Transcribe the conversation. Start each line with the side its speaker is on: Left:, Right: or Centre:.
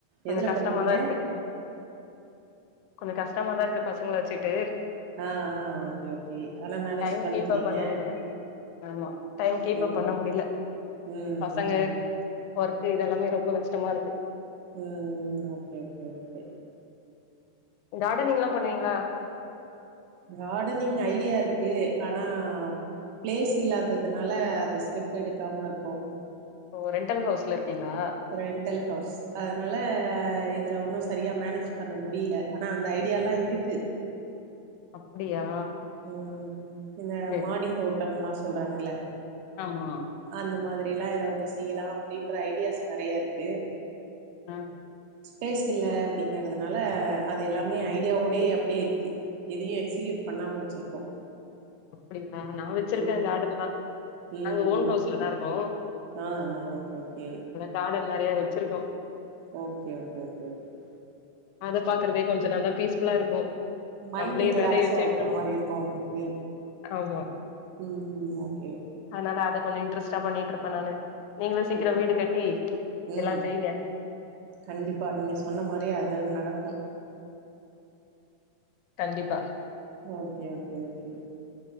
Left: கொஞ்சோ
Right: எதுல
Left: கஷ்டமாதா
Right: பண்றீங்க
Left: கொஞ்ச கஷ்டமாதா இருக்கு பசங்கள வச்சுட்டு
Right: ஆ ஆ ஓகே ஓகே ஆனா மேனேஜ்
Left: டைம்
Right: பண்ணிக்கிறீங்க
Left: கீப்பப் பண்ண முடில ஆமா டைம் கீப்பப்
Right: ம்
Left: பண்ண முடியல
Right: ம்
Left: பசங்க
Right: ம்
Left: ஒர்க்க இதெல்லாமே ரொம்ப கஷ்டமா இருக்கு
Right: ம் ஓகே ஓகே ஓகே
Left: கார்டனிங்லா பண்ணுவீங்களா
Right: கார்டனிங் ஐடியா இருக்கு ஆனா ப்ளேஸ் இல்லாததுனால அது ஸ்டெப் எடுக்காம இருக்கோ
Left: ஓ ரெண்டல் ஹவுஸ்ல இருக்கீங்ளா
Right: ரென்டல் ஹவுஸ் அதனால இதுல ஒன்னு சரியா மேனேஜ் பண்ண முடியல ஆனா அந்த ஐடியாலல்லா இருக்கு
Left: அப்டியா
Right: ம் இந்த
Left: சேரி
Right: மாடி தோட்டம்ல்லா சொல்றாங்கல
Left: ஆமா
Right: அந்த மாதிரிலா ஏதாவது செய்யலா அப்படின்ற ஐடியாஸ் நெறையா இருக்கு
Left: ஆ
Right: ஸ்பேஸ் இல்ல அப்டிங்றதுனால அது எல்லாமே ஐடியாவோடே அப்டியே இருக்கு எதையு எக்ஸிக்யூட் பண்ணாம வச்சிருக்கோ
Left: அப்டியா நா வச்சிருக்கே
Right: ம்
Left: கார்டன்லா
Right: ம்
Left: நாங்க ஓன்
Right: ம்
Left: ஹவுஸ்லதா இருக்கோ
Right: ஆ ஆ ஓகே ஓகே
Left: காடன் நெறைய வச்சிருக்கோ
Right: ஓகே ஓகே ஓகே ஓகே
Left: அத பாக்குறதே கொஞ்ச நல்லா பீஸ்புல்லா இருக்கு
Right: மைண்ட்
Left: நம்பளே
Right: ரிலாக்ஸா
Left: வெளைய வச்சு
Right: இருக்க
Left: எடுக்கணு
Right: மாரி இருக்கு உங்களுக்கு
Left: ஆமா
Right: ம் ஓகே ஓகே
Left: அதனால அத கொஞ்ச இன்ட்ரெஸ்ட்டா பண்ணிட்ருப்பே நானு நீங்களு சீக்கிர
Right: ஓ
Left: வீடு கட்டி
Right: ம்
Left: எல்லா செய்ங்க
Right: கண்டிப்பா நீங்க சொன்ன மாரியே அது நடக்கணு
Left: கண்டிப்பா
Right: ஓகே ஓகே ஓகே